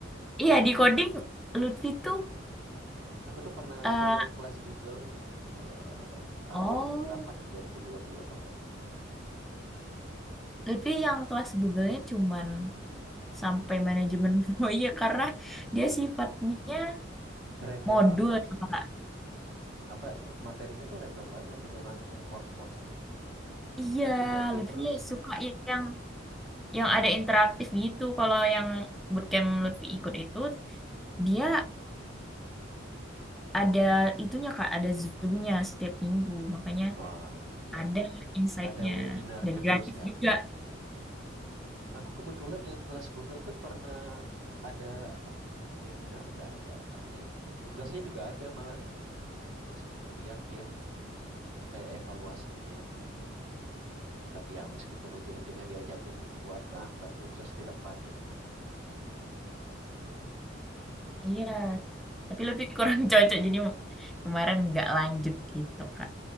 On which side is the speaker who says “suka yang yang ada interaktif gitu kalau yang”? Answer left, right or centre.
Centre